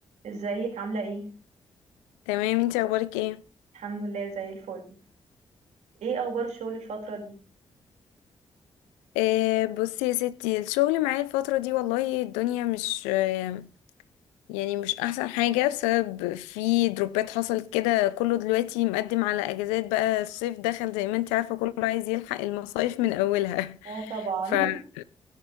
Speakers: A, on the right; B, on the left.
A: ازيك عاملة ايه؟
B: تمام انتي اخبارك ايه
A: الحمد لله زي الفل ايه اخبار الشغل الفترة دي؟
B: آه بصي يا ستي الشغل معايا الفترة دي والله الدنيا مش آه يعني مش احسن حاجة بسبب في دروبات حصلت كده كله دلوقتي مقدم على اجازات بقى الصيف دخل زي ما انتي عارفة كله عايز يلحق المصايف من اولها
A: اه طبعا
B: <laughs>
A: <laughs>